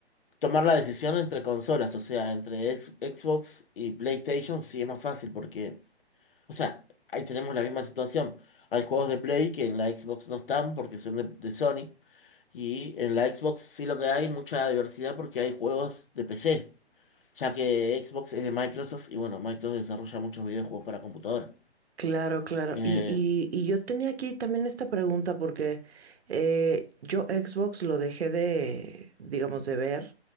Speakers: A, on the left; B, on the right.
A: tomar la decisión entre consolas, o sea, entre ex- Xbox y PlayStation sí es más fácil porque, o sea, ahí tenemos la misma situación. Hay juegos de Play que en la Xbox no están porque son de, de Sony y en la Xbox sí lo que hay mucha diversidad porque hay juegos de PC, ya que Xbox es de Microsoft y bueno, Microsoft desarrolla muchos videojuegos para computadora.
B: Claro, claro.
A: Eh,
B: Y, y, y yo tenía aquí también esta pregunta porque eh, yo Xbox lo dejé de, digamos, de ver